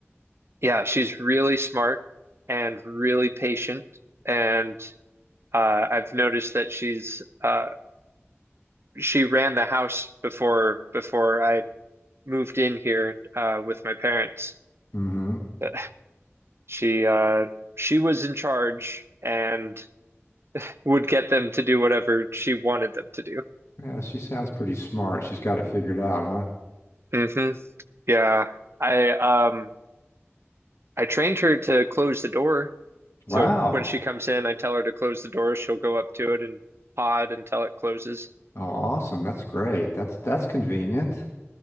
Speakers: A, on the right (about 60°); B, on the left (about 70°).
A: yeah, she's really smart and really patient, and uh, I've noticed that she's uh, she ran the house before before I moved in here uh, with my parents.
B: mm-hmm.
A: Uh, She uh she was in charge and would get them to do whatever she wanted them to do.
B: <laughs> Yeah, she sounds pretty smart. She's got it figured out, huh?
A: hmm Yeah. I um I trained her to close the door.
B: Wow.
A: So when she comes in, I tell her to close the door. She'll go up to it and pod until it closes.
B: Oh, awesome. That's great. That's that's convenient.